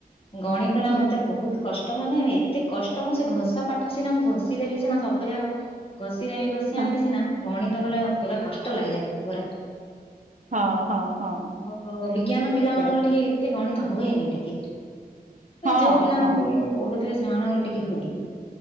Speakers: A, on the left; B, on the right.
A: ଗଣିତ ଟା
B: ହୁଁ
A: ମତେ ବହୁତ କଷ୍ଟ ମାନେ ଏତେ କଷ୍ଟ ମୁଁ ସେ ଘୋଷା ପାଠ ସିନା ମୁଁ ଘଷି ଦେବି ସିନା ସବୁ ଯାକ ଘଷି ନେବି ଘଷି
B: ହଁ
A: ଆଣିବି ସିନା, ଗଣିତ ବୋଲେ ପୁରା କଷ୍ଟ ଲାଗିଯାଉଛି ପୁରା।
B: ହଁ ହଁ ହଁ
A: ଓ ବିଜ୍ଞାନ ପିଲା
B: ସେୟା।
A: ମାନଙ୍କର ଟିକେ କେତେ ଗଣିତ ହୁଏନି ଟିକେ।
B: ହଁ
A: ଯୋଉ ପିଲାମାନେ
B: ହଁ
A: ଟିକେ ପଢୁଥିବେ, ସେମାନଙ୍କର ଟିକେ ହୁଏ।